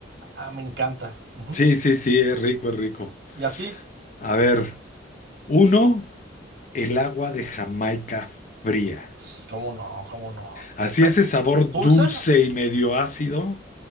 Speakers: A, on the right (about 55°); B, on the left (about 40°).
A: ah, me encanta. Ujú.
B: sí, sí, sí, es rico, es rico.
A: ¿Y a ti?
B: A ver, uno, el agua de Jamaica fría.
A: Ts, ¿Cómo no? ¿Cómo no?
B: Así
A: Pe- pe-
B: ese sabor
A: ¿dulce?
B: dulce y medio ácido.